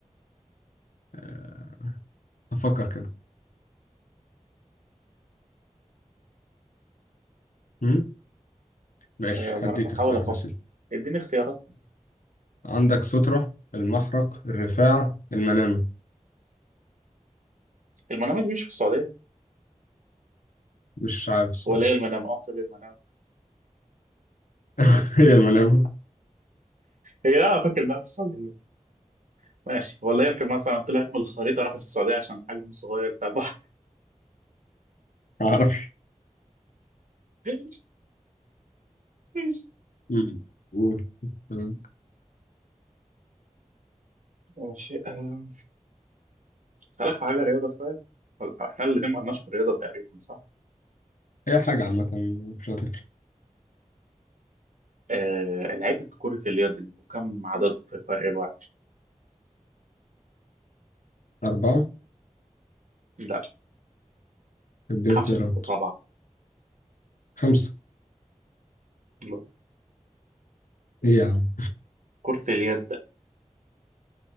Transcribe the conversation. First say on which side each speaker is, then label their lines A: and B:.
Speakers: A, on the left; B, on the right.
A: آه، هفكر كده مم؟ ماشي
B: آه، ما
A: هديك
B: أنا بحاول
A: اختيارات
B: أفكر
A: يا سيدي
B: اديني اختيارات
A: عندك سترة المحرق الرفاع المنامه
B: المنامة دي مش في السعودية
A: مش عارف الصراحه
B: ولا هي المنامة؟ أه طلع المنامة
A: <laughs> هي المنامه
B: هي لا أنا فاكر إنها في السعودية ماشي ولا يمكن مثلا طلعت من الخريطة راحت السعودية عشان حجم صغير بتاع البحر
A: ما اعرفش
B: <laughs> ماشي
A: مم. قول. تمام.
B: ماشي آه، أسألك في حاجة رياضة شوية ولا- إحنا الاتنين ما قلناش في الرياضة تقريبا صح؟
A: هي حاجه عامه مش هتفرق
B: آه، لعيبة كرة اليد وكم عددهم في الفريق الواحد؟
A: اربعه
B: لا
A: اديني
B: خمسة
A: اختيارات
B: ستة سبعة
A: خمسه
B: لا
A: ايه يا عم
B: كرة اليد